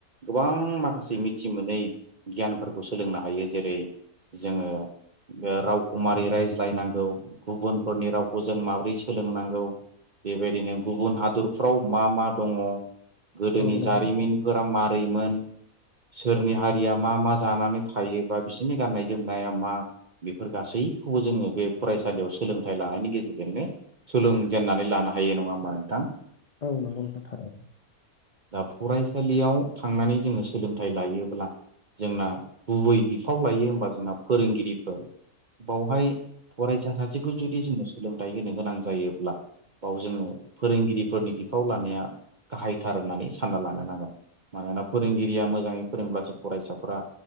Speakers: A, on the right; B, on the left.
A: गोबां माखासे मिथि मोनै गियानफोरखौ सोलोंनो हायो जेरै जोंङो रावखुमारि रायजो बुजायनांगौ गुबुनफोरनि रावखौ जों माबोरै सोलोंनांगौ बेबायदिनो गुबुन हादरफ्राव मा मा दङ गोदोनि
B: औ नंगौ
A: जारिमिनफोरा मारैमोन सोरनि हारिया मा मा जानानै थायो बा बिसोरनि गाननाय जोमनाया मा बेफोर गासैखौबो जोङो बे फरायसालियाव सोलोंथाइ लानायनि गेजेरजोंनो सोलोंजेननानै लानो हायो नंङा होमबा नोंथां‍?
B: औ नांगौ नोंथां' थारैनो।
A: दा फरायसालियाव थांनानै जोङो सोलोंथाइ लायोब्ला जोंना गुबै बिफाव लायो होनबा जोंना फोरोंगिरिफोर बावहाय फरायसा सासे जुदि सां फोथाय होनो गोनां जायोब्ला बाव जोङो फोरोंगिरिफोरनि बिफाव लानाया गाहायथार होननानै सानना लानो नांगोन मानोना फोरोंगिरिया मोजांङै फोरोंब्लासो फरायसाफोरा